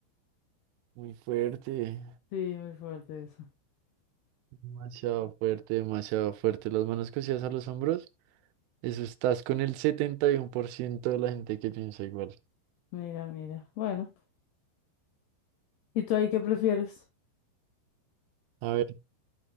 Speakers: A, on the right; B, on the left.
A: muy fuerte.
B: Sí, muy fuerte eso.
A: Demasiado fuerte, demasiado fuerte. Las manos cosidas a los hombros. Eso estás con el 71% de la gente que piensa igual.
B: Mira, mira. Bueno, ¿y tú ahí qué prefieres?
A: A ver.